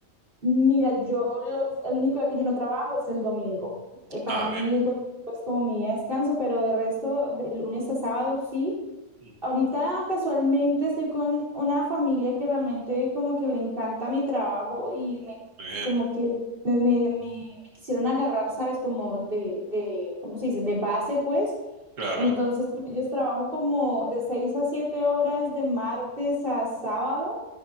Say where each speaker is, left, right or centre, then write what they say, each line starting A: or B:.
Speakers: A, on the right; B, on the right.
A: Mira, yo los, el único día que yo no trabajo es el domingo. Eh, para
B: Ah,
A: mí
B: bien.
A: el domingo es como mi día de descanso, pero de resto, de lunes a sábado sí.
B: Mm.
A: Ahorita casualmente estoy con una familia que realmente como que le encanta mi trabajo y me,
B: Muy bien,
A: como que me, me- me- me quisieron agarrar, ¿sabes? Como de, de, ¿cómo se dice? De base, pues.
B: claro,
A: Entonces con ellos trabajo como de 6 a 7 horas de martes a sábado